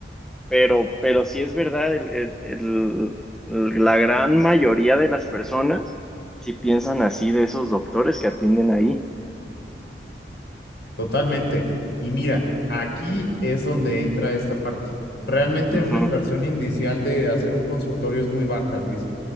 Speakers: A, in the centre; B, on the left.
A: pero, pero sí es verdad, el- el- el- la gran mayoría de las personas sí piensan así de esos doctores que atienden ahí.
B: totalmente. Y mira, aquí es donde entra esta parte. Realmente
A: Ujú,
B: una inversión inicial de hacer un consultorio es muy baja, Luis.